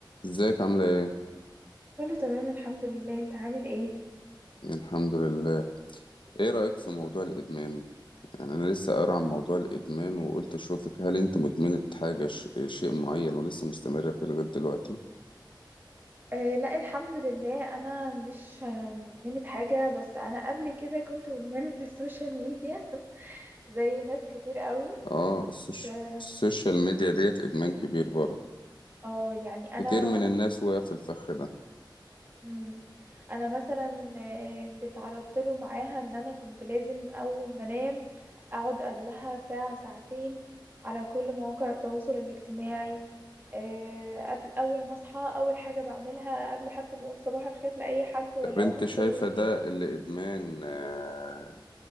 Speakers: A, on the left (about 80°); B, on the right (about 25°).
A: ازيك عاملة ايه؟
B: كله تمام الحمد لله انت عامل ايه
A: الحمد لله ايه رأيك في موضوع الإدمان؟ يعني أنا لسه قارئ عن موضوع الإدمان وقلت أشوفك هل أنت مدمنة حاجة ش... شيء معين ولسه مستمرة فيه لغاية دلوقتي؟
B: آه لا الحمد لله انا مش آه، مدمنة حاجة بس انا قبل كده كنت مدمنة السوشيال ميديا <laughs> زي ناس كتير قوي
A: اه السوش...
B: اه
A: السوشيال ميديا ديت إدمان كبير برضه
B: آه، يعني انا
A: كتير من الناس وقع في الفخ ده
B: مم. انا مثلا آه، اللي تعرضت له معاها ان انا كنت لازم اول ما انام اقعد قبلها ساعة ساعتين على كل مواقع التواصل الاجتماعي آه، قبل اول ما اصحى اول حاجه بعملها قبل حتى ما اقول صباح الخير لاي حد ولا
A: طب أنت
B: اقوم اغسل
A: شايفة
B: وشي
A: ده اللي إدمان آه،